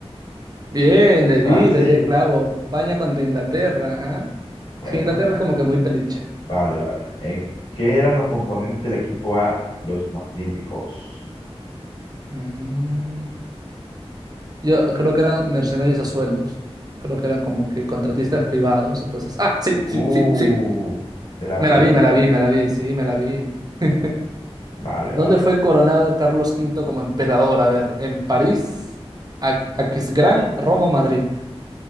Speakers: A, on the right; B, on the left.
A: Bien, le
B: Francia
A: di, le di
B: y...
A: el clavo. España contra Inglaterra, ajá.
B: Bueno,
A: Es que Inglaterra es como que muy peliche.
B: vale, vale. Eh, ¿qué eran los componentes del equipo A? Los Magníficos.
A: Mm, Yo creo que eran mercenarios a sueldos. Creo que eran como que contratistas privados. Entonces, ah, sí,
B: Uh,
A: sí, sí, sí.
B: de la
A: Me
B: película
A: la vi, me
B: Los
A: la vi,
B: Ma-
A: me la vi, sí, me la vi. <laughs>
B: Vale,
A: ¿Dónde
B: vale.
A: fue coronado Carlos Quinto como emperador? A ver, en París, A- Aquisgrán, Roma, o Madrid.